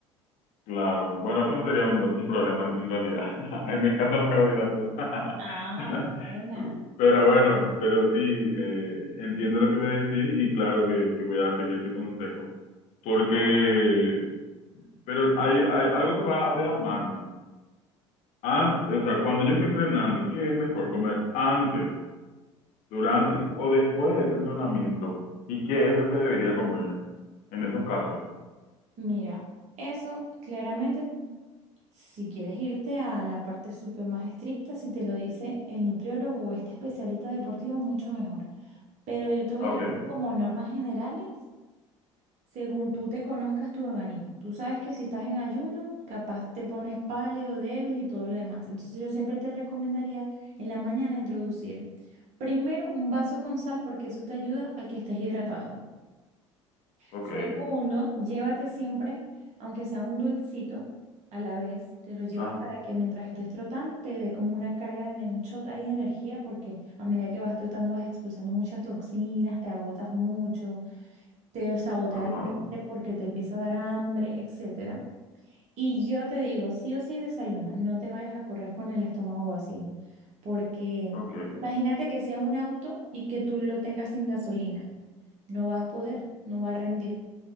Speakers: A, on the left; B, on the right.
A: claro. Bueno, eso no sería un, un problema en, en realidad. <laughs> Me encantan los carbohidratos. <laughs>
B: Ah, buena.
A: Pero bueno, pero sí, eh, entiendo lo que me decís y claro que, que voy a seguir ese consejo. Porque, pero hay, hay algo que va de la mano. An- o sea, cuando yo estoy entrenando, ¿qué es mejor comer antes, durante o después de ese entrenamiento? ¿Y qué es lo que debería comer en esos casos?
B: Mira, eso claramente, si quieres irte a la parte súper más estricta, si te lo dice el nutriólogo o este especialista deportivo, mucho mejor. Pero yo te voy
A: Ah,
B: a
A: Ok,
B: decir como normas generales, según tú te conozcas tu organismo. Tú sabes que si estás en ayuno, capaz te pones pálido, débil y todo lo demás. Entonces yo siempre te recomendaría en la mañana introducir primero un vaso con sal porque eso te ayuda a que estés hidratado.
A: ok,
B: Segundo, llévate siempre, aunque sea un dulcito a la vez, te lo llevas
A: ajá,
B: para que mientras estés trotando te dé como una carga de en- shot ahí de energía, porque a medida que vas trotando vas expulsando muchas toxinas, te agotas mucho, te sabotea
A: ajá,
B: la mente porque te empieza a dar hambre, etcétera. Y yo te digo, sí o sí desayuna, no te vayas a correr con el estómago vacío, porque
A: ok,
B: imagínate que sea un auto y que tú lo tengas sin gasolina, no vas a poder, no va a rendir